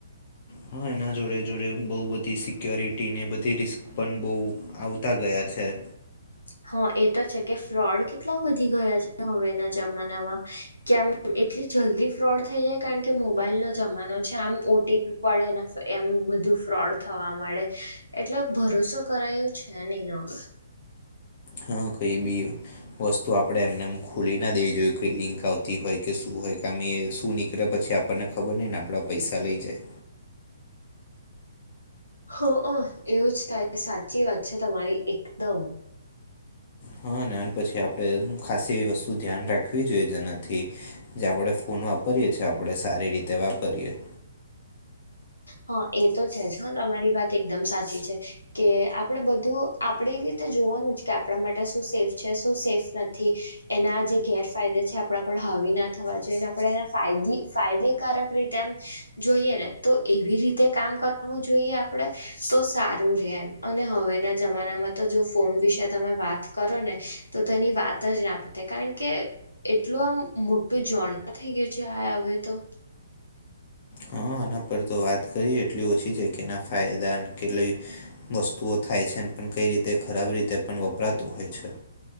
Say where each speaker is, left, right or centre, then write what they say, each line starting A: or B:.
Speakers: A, on the left; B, on the left.
A: હા, એના જોડે જોડે બહુ બધી સિક્યોરિટીને બધી રિસ્ક પણ બહુ આવતા ગયા છે.
B: હા, એ તો છે કે ફ્રોડ કેટલા વધી ગયા છે. હવેના જમાનામાં કે આમ એટલી જલ્દી ફ્રોડ થઈ જાય કારણ કે મોબાઈલનો જમાનો છે આમ ઓ ટી પ પડે ને એમ બધું ફ્રોડ થવા મળે. એટલે ભરોસો કરાય એવું છે નહી હવે.
A: હા, કઈ બી વસ્તુ આપણે એમને એમ ખોલીના દેવી જોઈએ. ફિલિંક આવતી હોય કે શું હોય કેમે એ શું નીકળે પછી આપણને ખબર નહીં ને આપણા પૈસા લઈ જાય.
B: હ, એવું જ તારી સાચી વાત છે. તમારી એકદમ.
A: હા, અને પછી આપણે ખાસ એવી વસ્તુ ધ્યાન રાખવી જોઈએ જેનાથી જે આપણેે ફોન વાપરીએે છીએ. આપણેે સારી રીતે વાપરીએ
B: હા, એ તો છે જ. હા, તમારી વાત એકદમ સાચી છે. કે આપણે બધું આપણે એ રીતે જોવાનું જ કે આપણા માટે શું સેફ છે, શું સેફ નથી. એના જે ગેરફાયદા છે આપણા હાવી ના થવા જોઈએ અને આપણે એ ફાયદેકારક રીતે આમ જોઈએ ને તો એવી રીતે કામ કરવું જોઈએ આપણે. તો સારું રે એમ અને હવેના જમાનામાં તો જો ફોન વિશે તમે વાત કરો ને તો તેની વાત જ ના પૂતે કારણ કે એટલું આમ મોટું જોણ થઈ ગયું છે. આ હવે તો
A: હા, આના પર તો વાત કરીએ એટલી ઓછી છે કે એના ફાયદા કેટ વસ્તુઓ થાય છેને પણ કઈ રીતે ખરાબ રીતે પણ વપરાતું હોય છે.